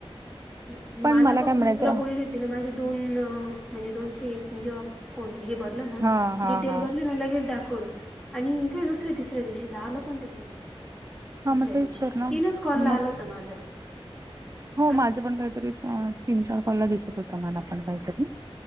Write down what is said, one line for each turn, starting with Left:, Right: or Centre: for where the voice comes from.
Centre: नाही,
Right: पण
Centre: मला बघ
Right: काय म्हणायचं
Centre: मी तुला बोलली होती ना माझे दोन अ, म्हणजे दोनशे एक म्हणजे फोन, हे भरलं ना
Right: हां, हां,
Centre: डिटेल
Right: हां.
Centre: भरली ना लगेच दाखवलं. आणि काय दुसऱ्या तिसऱ्या दिवशी तर आलं पण ते पेमेंट
Right: हां,
Centre: तिसऱ्या
Right: मग तेच
Centre: दिवशी
Right: तर ना.
Centre: तीनच कॉलला
Right: मग
Centre: आलं होत माझं
Right: हो
Centre: आता
Right: माझं पण काहीतरी इश्यु आहे तीन चार कॉलला दिसत होतं मला पण काहीतरी